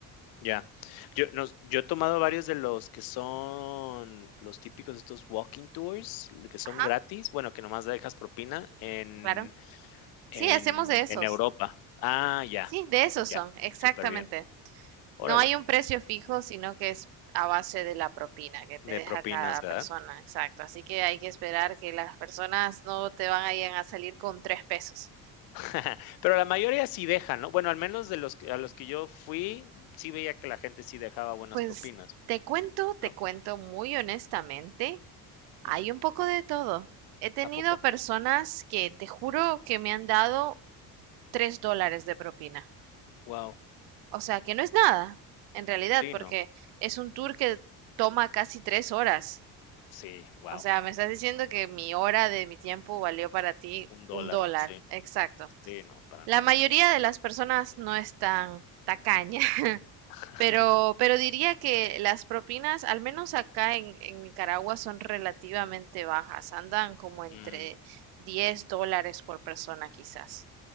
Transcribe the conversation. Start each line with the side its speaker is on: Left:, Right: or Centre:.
Left: Ya. Yo, nos- yo he tomado varios de los que son los típicos, estos walking tours, que son
Right: Ajá,
Left: gratis, bueno, que nomás dejas propina en...
Right: claro. Sí,
Left: En,
Right: hacemos de esos.
Left: en Europa. Ah, ya,
Right: Sí, de esos
Left: con- ya,
Right: son, exactamente.
Left: súper bien. Órale,
Right: No hay un precio fijo, sino que es a base de la propina que te
Left: de
Right: deja
Left: propinas,
Right: cada
Left: ¿verdad?
Right: persona, exacto. Así que hay que esperar que las personas no te van a ir a salir con tres pesos.
Left: <laughs> Pero la mayoría sí deja, ¿no? Bueno, al menos de los que, a los que yo fui, sí veía que la gente sí dejaba buenas
Right: Pues
Left: propinas,
Right: te cuento, te
Left: ¿no?
Right: cuento muy honestamente, hay
Left: Ujú.
Right: un poco de todo. He tenido
Left: ¿A poco?
Right: personas que te juro que me han dado tres dólares de propina.
Left: Wow.
Right: O sea, que no es nada, en realidad,
Left: Sí,
Right: porque
Left: no.
Right: es un tour que toma casi tres horas.
Left: Sí, wow.
Right: O sea, me estás diciendo que mi hora de mi tiempo valió para ti
Left: Un dólar,
Right: un dólar.
Left: sí.
Right: Exacto.
Left: Sí, no, para
Right: La
Left: nada.
Right: mayoría de las personas no están tacaña, <laughs>
Left: <laughs>
Right: pero, pero diría que las propinas, al menos acá en, en Nicaragua, son relativamente bajas, andan como entre
Left: Mm,
Right: 10 dólares por persona quizás.